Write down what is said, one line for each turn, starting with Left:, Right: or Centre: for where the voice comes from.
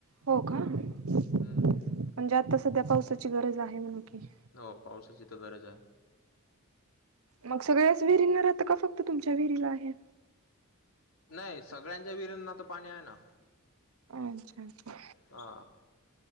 Right: हो का? म्हणजे
Left: हम्म
Right: आता सध्या पावसाची गरज आहे, म्हण की.
Left: हो, पावसाची तर गरज आहे.
Right: मग सगळ्याच विहिरींना राहतं का, फक्त तुमच्या विहिरीला आहे?
Left: नाही, सगळ्यांच्या विहिरींना तर पाणी आहे ना.
Right: अच्छा, अच्छा.
Left: हा